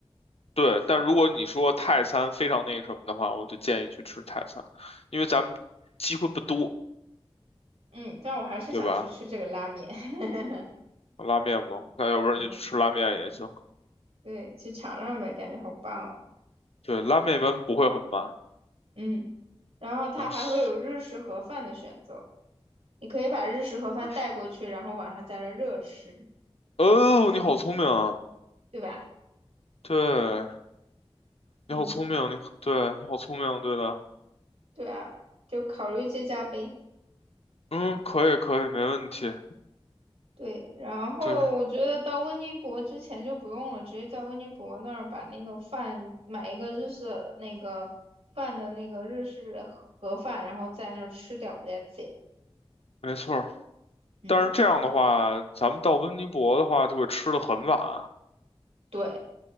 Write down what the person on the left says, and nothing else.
对，但如果你说泰餐非常那个什么的话，我就建议去吃泰餐，因为咱们机会不多，
对吧？
拉面嘛，那要不然就吃拉面也行。
对，拉面一般不会很慢。
啊，是
是
哦，你好聪明啊！
对，你好聪明，
你对，你好聪明，对的。
嗯，可以可以，没问题。
对，
没错儿。
但是这样的话，咱们到温尼伯的话就会吃的很晚啊。